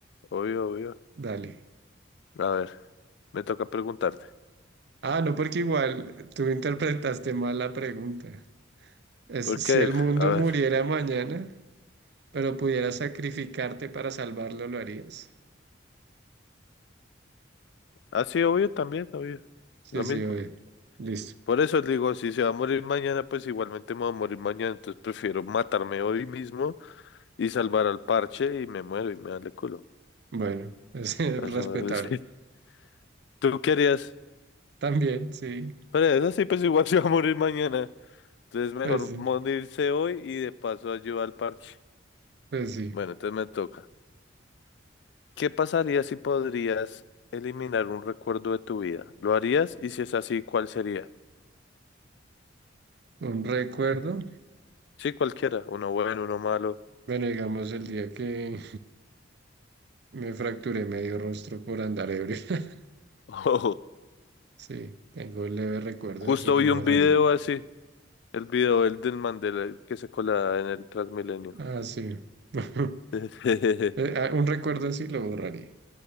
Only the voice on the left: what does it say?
obvio, obvio.
A ver, me toca preguntarte.
¿Por
qué?
A ver.
Ah, sí, obvio, también, obvio.
Lo
mismo.
Por eso les digo, si se va a morir mañana, pues igualmente me va a morir mañana. Entonces prefiero matarme hoy mismo y salvar al parche y me muero y me da el culo.
A Eso me parece. <laughs> ¿Tú qué harías?
Pero eso sí, pues igual <laughs> se va a morir mañana. Entonces mejor
morirse hoy y de paso ayudar al parche.
Bueno, entonces me toca. ¿Qué pasaría si podrías eliminar un recuerdo de tu vida? ¿Lo harías? Y si es así, ¿cuál sería?
Sí, cualquiera. Uno bueno, uno malo.
<laughs>
Justo
vi
un video así, el video el del Mandela que se colaba en el Transmilenio.
<laughs>